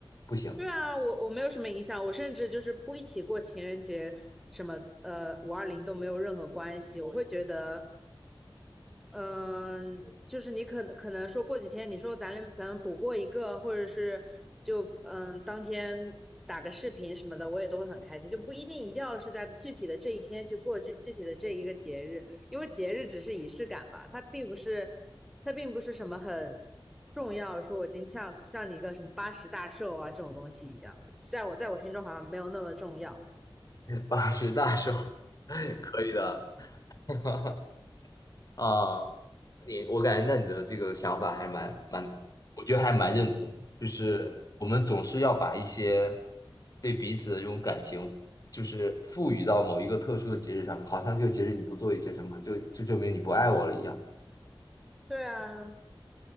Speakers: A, on the left; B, in the centre.
A: 不行，
B: 对啊，我我没有什么影响，我甚至就是不一起过情人节，什么呃五二零都没有任何关系。我会觉得嗯，就是你可能可能说过几天，你说咱俩咱们补过一个，或者是就嗯当天打个视频什么的，我也都会很开心，就不一定一定要是在具体的这一天去过这具体的这一个节日，因为节日只是仪式感吧，它并不是它并不是什么很重要，说我今天像像你一个什么八十大寿啊这种东西一样，在我在我心中好像没有那么重要。
A: <laughs> 八十大寿，<laughs> 可以的 <laughs> 啊？你我感觉那你的这个想法还蛮蛮，我觉得还蛮认同。就是我们总是要把一些对彼此的这种感情，就是赋予到某一个特殊的节日上面，好像这个节日你不做一些什么，就就证明你不爱我了一样。
B: 对啊，